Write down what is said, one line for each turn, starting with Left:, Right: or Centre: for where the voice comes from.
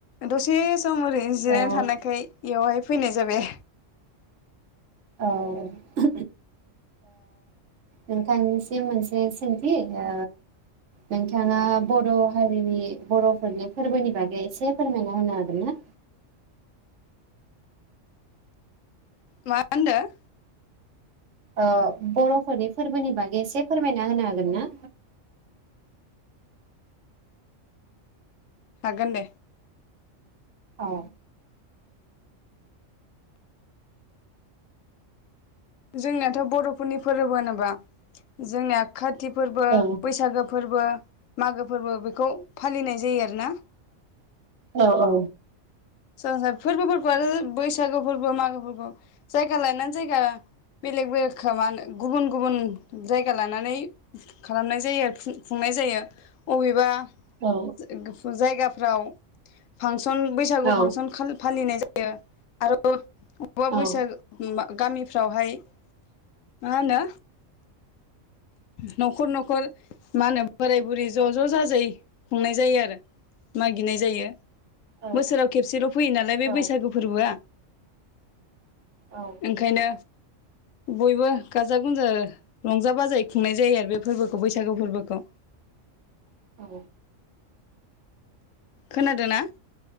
Left: दसे सम ओरैनो जिरायनो
Right: औ
Left: थानायखाय एवहाय फैनाय जाबाय।
Right: औ ओ नोंथांनिसिम मोनसे सोंथि ओ नोंथाङा बर' हारिनि बर'फोरनि फोरबोनि बागै एसे फोरमायना होनो हागोन ना?
Left: मा होनदों?
Right: ओं बर'फोरनि फोरबोनि बागै एसे फोरमायना होनो हागोन ना?
Left: हागोन दे।
Right: औ।
Left: जोंनियाथ' बर'फोरनि फोरबो होनोबा जोंनिया खाथि फोरबो
Right: औ
Left: बैसागो फोरबो मागो फोरबो बेखौ फालिनाय जायो आरोना।
Right: औ औ।
Left: सोरबा सोरबा फोरबोफोरखौ आरो बैसागु फोरबो मागो फोरबो जायगा लानानै जायगा फोरबोफोरखौ बैसागो फोरबो मागो फोरबो बेलेग बेलेक खाला- मा होनो गुबुन गुबुन जायगा लानानै खालामनाय जायो खुंनाय जायो अबेबा जायगा
Right: औ
Left: फोराव फांसन
Right: औ
Left: फांसन खा-फालिनाय जा बेयो आरो अबबा
Right: औ
Left: बैसागो गामिफ्रावहाय मा होनो न'खर न'खर मा होनो बोराय बुरै ज' ज' जाजाय खुंनाय जायो आरो मागिनाय जायो।
Right: औ
Left: बोसोराव खेबसेल' फैयो नालाय बे
Right: औ
Left: बैसागु फोरबोआ।
Right: औ
Left: ओंखायनो बयबो गाजा रंजा बाजायै खुंनाय जायो आरो बे फोरबोखौ बैसागु फोरबोखौ।
Right: औ।
Left: खोनादों ना?